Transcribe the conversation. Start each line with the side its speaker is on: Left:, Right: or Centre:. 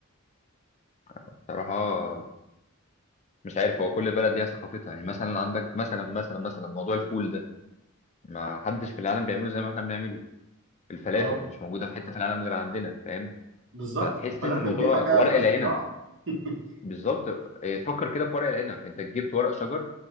Left: بصراحة مش عارف هو كل بلد ليها ثقافتها يعني مثلا عندك مثلا مثلا مثلا موضوع الفول ده ما حدش في العالم بيعمله زي ما احنا بنعمله الفلافل
Right: اه
Left: مش موجوده في حته في العالم غير عندنا فاهم
Right: بالظبط
Left: فتحس
Right: ده الفلافل
Left: ان الموضوع
Right: دي حاجه
Left: ورق
Right: ده
Left: العنب
Right: اختراع <laughs>
Left: بالظبط إيه، فكر كده في ورق العنب انت جبت ورق شجر